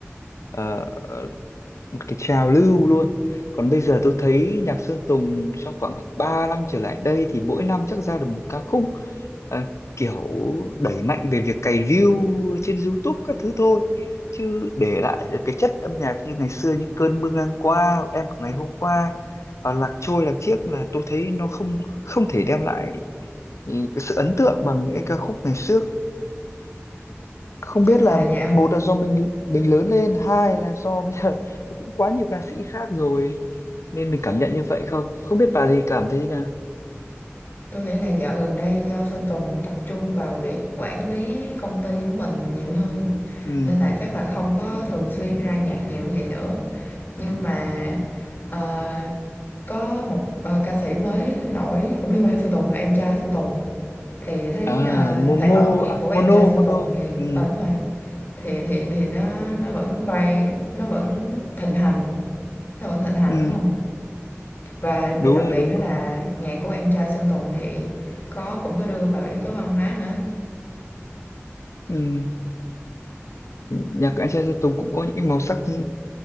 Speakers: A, on the left; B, on the left.
A: ờ, một cái trào lưu luôn còn bây giờ tôi thấy nhạc Sơn Tùng trong khoảng 3 năm trở lại đây thì mỗi năm chắc ra được một ca khúc Ờ, kiểu đẩy mạnh về việc cày view trên YouTube các thứ thôi chứ để lại cái chất âm nhạc như ngày xưa những cơn mưa ngang qua hoặc em của ngày hôm qua hoặc lạc trôi lạc chiếc là tôi thấy nó không không thể đem lại ừ, cái sự ấn tượng bằng những cái ca khúc ngày xưa không
B: chắc
A: biết
B: là
A: là
B: do
A: một là do mình mình lớn lên hai là do bây giờ nó cũng quá nhiều ca sĩ khác rồi nên mình cảm nhận như vậy không không biết bà thì cảm thấy thế nào
B: Tôi nghĩ là dạo gần đây do Sơn Tùng tập trung vào việc quản lý công ty của mình nhiều hơn
A: ừ.
B: nên là chắc là không có thường xuyên ra nhạc nhiều như vậy nữa. Nhưng mà, ờ, có một, ờ, ca sĩ mới nổi cũng liên quan đến Sơn Tùng là em trai Sơn Tùng thì thấy,
A: à
B: ờ,
A: momo
B: sản phẩm âm nhạc
A: à
B: của em
A: mono
B: trai Sơn
A: mono
B: Tùng thì
A: ừ.
B: ờ, đúng rồi, thì thì thì nó nó vẫn vay nó vẫn thịnh hành, nó vẫn thịnh hành,
A: Ừ.
B: đúng không và
A: đúng
B: điều đặc
A: rồi
B: biệt
A: đúng
B: đó
A: đúng
B: là
A: rồi.
B: nhạc của em trai Sơn Tùng thì có cũng có đưa vào yếu tố văn hóa nữa.
A: Ừ. nhạc của anh trai Sơn Tùng cũng có những cái màu sắc ừ,